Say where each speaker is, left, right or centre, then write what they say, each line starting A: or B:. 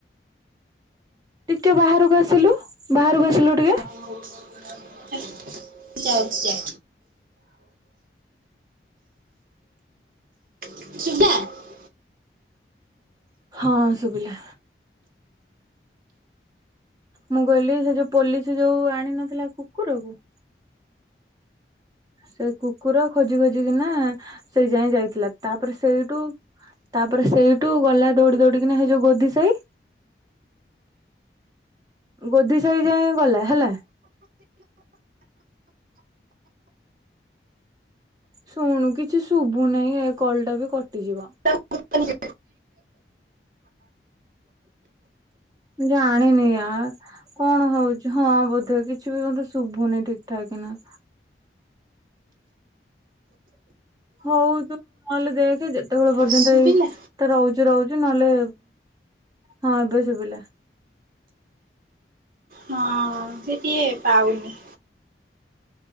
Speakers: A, on the right (about 20°); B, on the right (about 50°).
A: ଟିକେ ବାହାରକୁ ଆସିଲୁ ବାହାରକୁ ଆସିଲୁ ଟିକେ।
B: ଯାଉଛି ଯାଉଛି। <unintelligible>
A: ହଁ ଶୁଭିଲା। ମୁଁ କହିଲି ସେ ଯୋଉ ପୋଲିସ ଯୋଉ ଆଣି ନଥିଲା କୁକୁରକୁ ସେ କୁକୁର ଖୋଜି ଖୋଜିିକିନା ସେଇ ଯାଇଁ ଯାଇଥିଲା ତାପରେ ସେଇଠୁ ତାପରେ ସେଇଠୁ ଗଲା ଦୌଡି ଦୌଡିିକିନା ସେ ଯୋଉ ଗୋଧି ସାଇ ଗୋଧି ସାହି ଯାଏଁ ଗଲା ହେଲା। ଶୁଣୁ କିଛି ଶୁଭୁନେଇ ଏ କଲଟା ବି କଟିଯିବ।
B: <unintelligible>
A: ଜାଣିନି ୟାର। କଣ ହଉଛି ହଁ ବୋଧେ କିଛି ବି ମତେ ଶୁଭୁନି ଠିକ ଠାକ ନା ହଉ। ତୁ ନହେଲେ ଦେଖେ ଯେତେବେଳେ ପର୍ଯ୍ୟନ୍ତ
B: ଶୁଭିଲା
A: ଏଇ ତ ରହୁଛି ରହୁଛି ନହେଲେ ହଁ ଏବେ ସୁବିଲା।
B: ହଁ ସେ ଟିକେ ପାଉନି।